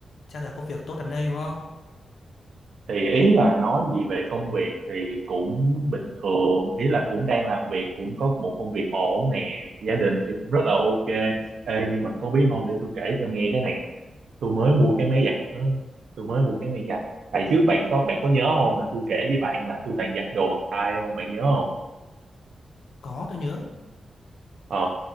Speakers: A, on the left; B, on the right.
A: chắc là công việc tốt lắm đây đúng không?
B: Thì ý là nói gì về công việc thì cũng bình thường. Ý là cũng đang làm việc, cũng có một công việc ổn nè. Gia đình thì cũng rất là ok. Ê, nhưng mà có biết không, để tôi kể cho nghe cái này. nè. Tôi mới mua cái máy giặt đó. Tôi mới mua cái máy giặt. Tại trước bạn có bạn có nhớ không là tôi kể với bạn là tôi toàn giặt đồ bằng tay không? Bạn nhớ không?
A: Có, tôi nhớ.
B: Ờ,